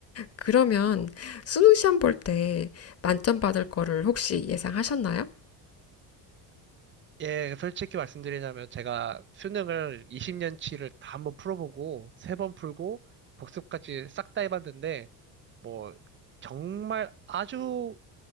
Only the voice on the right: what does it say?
예, 솔직히 말씀드리자면 제가 수능을 20년치를 다 한번 풀어보고 세 번 풀고 복습까지 싹 다 해봤는데 뭐 정말 아주